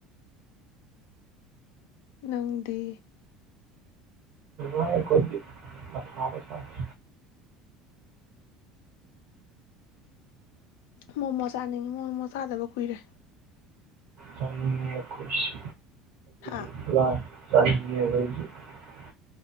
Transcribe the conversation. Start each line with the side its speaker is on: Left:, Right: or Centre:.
Left: ꯅꯪꯗꯤ
Right: <unintelligible> ꯁꯥꯗꯦ
Left: ꯃꯣꯃꯣ ꯆꯥꯅꯤꯡꯉꯤ ꯃꯣꯃꯣ ꯆꯥꯗꯕ ꯀꯨꯏꯔꯦ
Right: ꯆꯥꯅꯤꯡꯉꯦ ꯑꯩꯈꯣꯏꯁꯦ
Left: ꯍꯥ
Right: <unintelligible>